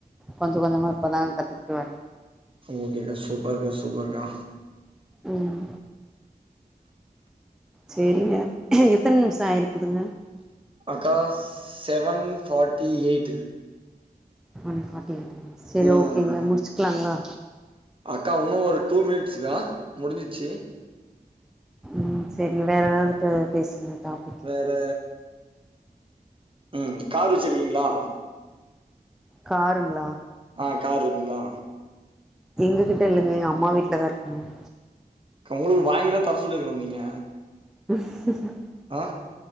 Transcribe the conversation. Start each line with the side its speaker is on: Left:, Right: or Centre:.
Centre: கொஞ்ச கொஞ்சமா இப்பதா கத்துக்கிட்டு வாரேன்
Right: ஓகேகா சூப்பர்கா சூப்பர்கா
Centre: ம் செரிங்க எத்தன நிமிஷம் ஆயிருக்குதுங்க
Right: அக்கா seven forty eight
Centre: one forty eight சரி
Right: ம்
Centre: ஓகேங்க முடிச்சுக்லாங்களா
Right: அக்கா ஒன்னு ஒரு டூ மினிட்ஸுக்கா முடிஞ்சிச்சு
Centre: ம் சேரிங்க வேற ஏதாது பேசுங்க டாபிக்கு
Right: த ம் கார் வச்சிருக்கீங்ளா
Centre: காருங்ளா
Right: ஆ கார் இருக்குங்ளா
Centre: எங்ககிட்ட இல்லங்க எங்க அம்மா வீட்ல தான் இருக்குங்க
Right: கா உங்களுக்கு வாங்கிலா தர சொல்லிருக்கனு நீங்க
Centre: <inaudible>
Right: ஆ